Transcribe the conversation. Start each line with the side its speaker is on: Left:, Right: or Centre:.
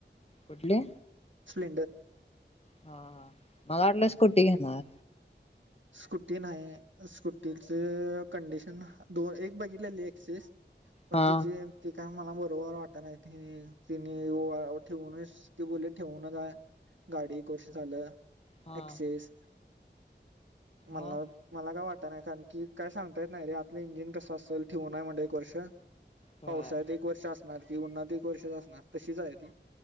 Left: कुठली
Right: स्प्लेंडर.
Left: हा हा मला वाटलं स्कुटी घेणार.
Right: स्कुटी नाही स्कुटी च कंडीशन दो एक बघितलेले एक्सेस पण
Left: हा
Right: त्याची- काय मला बरोबर वाटत नाही ते तिने ठेवूनच ते बोलले ठेवूनचाय. गाडी एक वर्ष झालं
Left: हा
Right: एक्सेस. मला
Left: मग
Right: मला काय वाटत नाही कारण की काय सांगता येत नाही रे आलं इंजिन कसं असेल ठेवून आहे म्हणजे एक वर्ष
Left: होय
Right: पावसा एक वर्ष अस नार की ऊन्हात एक वर्ष असणार तशीच आहे ती